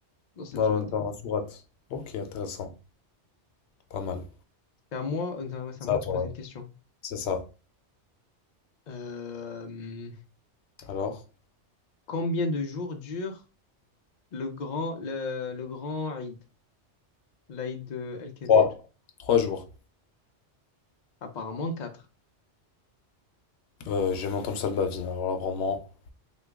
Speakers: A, on the left; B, on the left.
A: dans cette
B: dans,
A: sourate.
B: dans la sourate. Ok, intéressant. Pas mal.
A: C'est à moi, euh, non, ouais, c'est
B: Ça,
A: à moi de
B: toi,
A: te poser
B: ouais.
A: une question.
B: C'est ça.
A: Euh,
B: Alors,
A: combien de jours dure le grand, le, le grand Eid, l'Eid El-Kabir?
B: trois. Trois jours.
A: Apparemment quatre.
B: Euh, j'ai jamais entendu ça de ma vie. hein. Alors là, vraiment.